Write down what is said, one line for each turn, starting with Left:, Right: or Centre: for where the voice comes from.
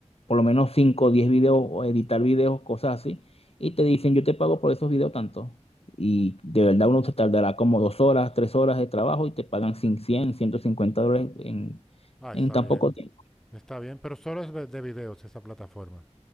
Left: por lo menos 5 o 10 videos o editar videos, cosas así, y te dicen, yo te pago por esos videos tanto. Y de verdad uno se tardará como dos horas, tres horas de trabajo y te pagan cin- cien, ciento cincuenta dólares en,
Centre: Ah,
Left: en
Centre: está
Left: tan
Centre: bien,
Left: poco tiempo.
Centre: está bien, pero solo es de de videos esa plataforma.